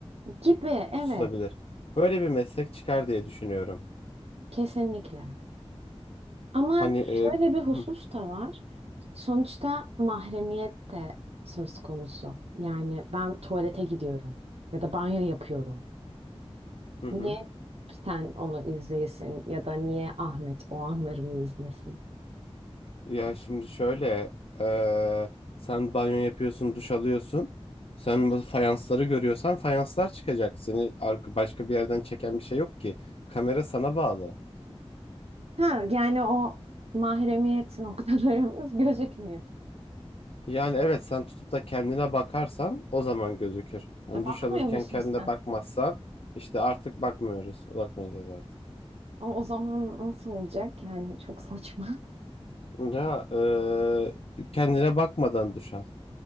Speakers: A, on the right; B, on the left.
A: Gibi, evet,
B: Tutulabilir. Böyle bir meslek çıkar diye düşünüyorum.
A: kesinlikle. Ama
B: Hani e,
A: şöyle bir husus
B: hı,
A: da var. Sonuçta mahremiyet de söz konusu. Yani ben tuvalete gidiyorum ya da banyo yapıyorum.
B: hı hı.
A: Niye sen onu izleyesin ya da niye Ahmet o anlarımı izlesin?
B: Ya şimdi şöyle e, sen banyo yapıyorsun, duş alıyorsun. Sen bu fayansları görüyorsan fayanslar çıkacak. Seni arka- başka bir yerden çeken bir şey yok ki. Kamera sana bağlı.
A: Ha, yani o mahremiyet noktalarımız <laughs> gözükmüyor.
B: Yani evet sen tutup da kendine bakarsan o zaman gözükür. Hani
A: E, bakmıyor
B: duş alırken
A: musun
B: kendine
A: sen?
B: bakmazsan işte artık bakmıyoruz. Bakmayacağız artık.
A: O, o zaman nasıl olacak? Yani çok saçma. <laughs>
B: Ya eee, kendine bakmadan duş al.